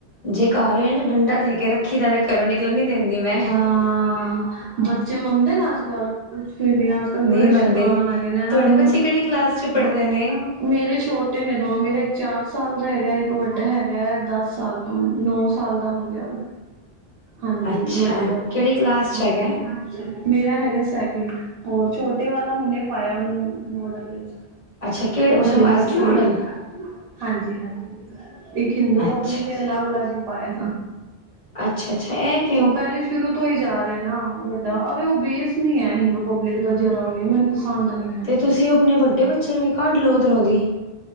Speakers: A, on the left; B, on the right.
A: ਜੇ ਕਾਰ ਐ ਤੇ ਡੰਡਾ ਦੇ ਕੇ ਰੱਖੀ ਦਾ ਵੇ ਘਰੋਂ ਨਿਕਲਣ ਨੀ ਦਿੰਦੀ ਮੈਂ।
B: ਹਾਂ ਬੱਚੇ ਮੰਨਦੇ ਨ ਅੱਜ-ਕੱਲ ਕੁਛ ਤੁਈ ਨੀ ਅੱਜ-ਕੱਲ
A: ਨਹੀਂ
B: ਬੜੇ
A: ਮੰਨਦੇ
B: ਸ਼ੈਤਾਨ ਹੈਗੇ ਨੇ ਇਹਨਾਂ
A: ਤੁਹਾਡੇ
B: ਨੂੰ
A: ਬੱਚੇ ਕਿਹੜੀ ਕਲਾਸ ਚ ਪੜ੍ਹਦੇ
B: ਬ
A: ਨੇ
B: ਮੇਰੇ ਛੋਟੇ ਨੇ ਦੋਨੋ ਮੇਰਾ ਇੱਕ ਚਾਰ ਸਾਲ ਦਾ ਹੈਗਾ ਐ ਇੱਕ ਵੱਡਾ ਹੈਗਾ ਐ ਦਸ ਸਾਲ ਤੋਂ ਨੌ ਸਾਲ ਦਾ ਹੋ ਗਿਆ ਉਹ, ਹਾਂਜੀ
A: ਅੱਛਾ
B: ਵੱਡੇ ਵਾਲਾ,
A: ਕਿਹੜੀ ਕਲਾਸ 'ਚ
B: ਹਾਂਜੀ।
A: ਹੈਗਾ
B: ਮੇਰਾ ਹੈਗਾ ਸੈਕਿੰਡ ਹੋਰ ਛੋਟੇ ਵਾਲਾ ਹੁਣੇ ਪਾਇਆ ਉਹਨੂੰ ਮੋਡਲ ਵਿੱਚ।
A: ਅੱਛਾ ਕਿਹੜੇ
B: ਉਹ
A: ਅੱਛਾ
B: ਹਜੇ ਨਰਸਰੀ।
A: ਐਸ ਡੀ ਮੋਡਲ
B: ਹਾਂਜੀ-ਹਾਂਜੀ ਇੱਕ ਹਿੰਦੂ
A: ਅੱਛਾ
B: ਪਬਲਿਕ
A: ਜੀ
B: ਐ ਅਲੱਗ-ਅਲੱਗ ਪਾਇਆ।
A: ਅੱਛਾ ਅੱਛਾ ਇਹ ਕਿਉਂ
B: ਉਹ ਪਹਿਲੇ ਸ਼ੁਰੂ ਤੋਂ ਈ ਜਾ ਰਿਹਾ ਨਾ ਵੱਡਾ ਅਰੇ ਉਹ ਬੇਸ ਨੀ ਐ ਹਿੰਦੂ ਪਬਲਿਕ ਦਾ ਜਰਾ ਵੀ ਮੈਨੂੰ ਪਸੰਦ ਨੀ ਐ।
A: 'ਤੇ ਤੁਸੀਂ ਉਹ ਆਪਣੇ ਵੱਡੇ ਬੱਚੇ ਨੂੰ ਵੀ ਕੱਢ ਲੋ ਉਧਰੋਂ ਦੀ।